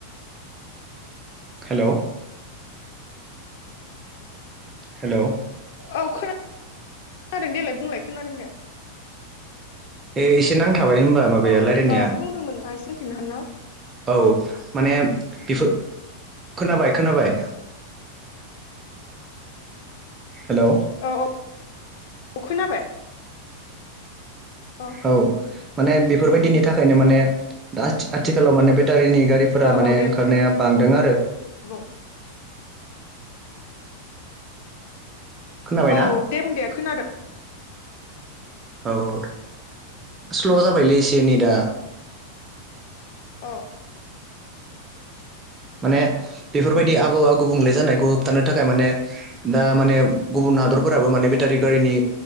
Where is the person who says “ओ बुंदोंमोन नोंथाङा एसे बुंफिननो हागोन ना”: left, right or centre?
Left